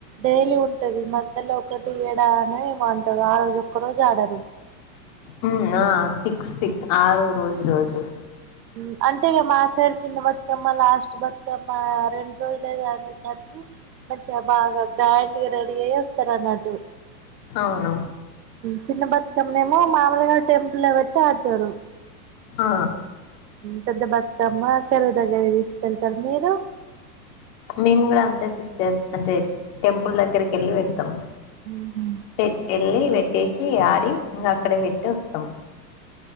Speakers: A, on the right (about 80°); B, on the left (about 45°).
A: డైలీ ఉంటది మధ్యలో ఒకటి ఏడు సార్ ని వాంటా రాధు రోజు ఒక్కరోజు కాడను
B: ఉమ్ నా సిక్స్ సిక్ ఆరో రోజురోజు
A: ఉమ్ అంటే ఇక మా సైడ్ చిన్న బతుకమ్మ లాస్ట్ బతుకమ్మ రెండు రోజులు అసరికి మంచిగా బాగా గ్రాండ్గా రెడీ అయ్యే ఇస్తారన్నట్టు
B: అవును
A: చిన్న బతుకమ్మనేమో మామలుగారు టెంపుల్ పెట్టి ఆడుతారు
B: ఆ
A: పెద్ద బతుకమ్మ చరువు దగ్గర కి తీసుకెళ్తారు మీరు
B: మేము కూడా అంతే సిస్టర్ అంటే టెంపుల్ దగ్గరికి వెళ్ళి పెడతాం
A: ఉహు
B: పె ఎ వెళ్లి పెట్టేసి ఆడి ఇంక అక్కడ పెట్టి వస్తాం